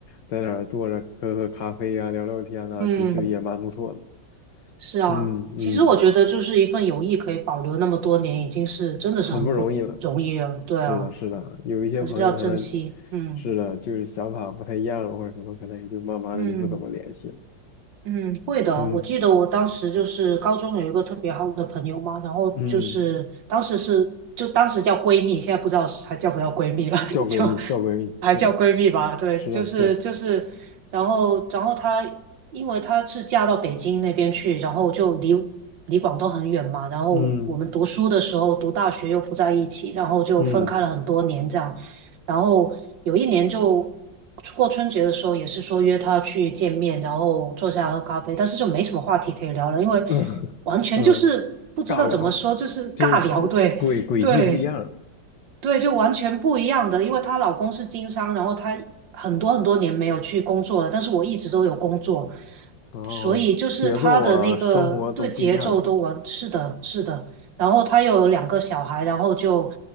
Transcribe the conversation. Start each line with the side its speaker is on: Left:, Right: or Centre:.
Left: 在那儿坐着喝喝咖啡啊，聊聊天啊，
Right: 嗯，
Left: 就就也蛮不错的。
Right: 是啊。
Left: 嗯嗯，
Right: 其实我觉得，就是一份友谊可以保留那么多年，已经是真的是很不容易了。
Left: 很不容易了。
Right: 对啊，
Left: 是的，是的，有一些朋友可能
Right: 还是要珍惜。嗯
Left: 是的，就是想法不太一样或者什么，可能也就慢慢的就不怎么联系了。
Right: 嗯。嗯，会的。
Left: 嗯
Right: 我记得我当时就是高中有一个特别好的朋友嘛，然后就是当时是就当时叫闺蜜，
Left: 嗯，
Right: 现在不知道是还叫不叫闺蜜了，
Left: 叫闺蜜，
Right: <laughs> 就
Left: 叫闺蜜，是的，
Right: 还叫闺蜜吧。对，
Left: 是的，
Right: 就是就是，
Left: 叫，
Right: 然后然后她因为她是嫁到北京那边去，然后就离离广东很远嘛，然后我们读书的时候读大学又不在一起，
Left: 嗯
Right: 然后就分开了很多年这样。
Left: 嗯
Right: 然后有一年就过春节的时候，也是说约他去见面，然后坐下来喝咖啡，但是就没什么话题可以聊了，因为
Left: 嗯
Right: 完全就是不知道怎么说，
Left: <laughs> 嗯，尬聊，
Right: 就是尬聊，
Left: 就是轨轨迹不一样，
Right: 对对。对，就完全不一样的，因为她老公是经商，然后她很多很多年没有去工作了，但是我一直都有工作，
Left: 然后节奏啊，
Right: 所以就是她的那个对节奏都完，
Left: 生活都不一样
Right: 是的，是的。然后她有两个小孩，然后就